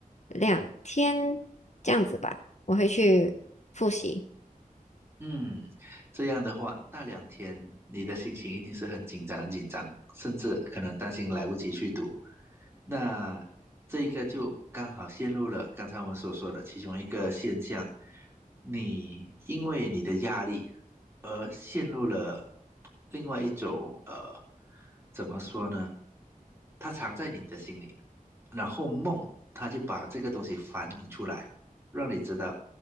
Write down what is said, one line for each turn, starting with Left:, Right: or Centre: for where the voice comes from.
Left: 两天这样子吧，我会去复习。
Right: 嗯，这样的话，那两天你的心情一定是很紧张、很紧张，甚至可能担心来不及去读。那这个就刚好陷入了刚才我们所说的其中一个现象，你因为你的压力而陷入了另外一种呃，怎么说呢？它藏在你的心里，然后梦他就把这个东西反映出来，让你知道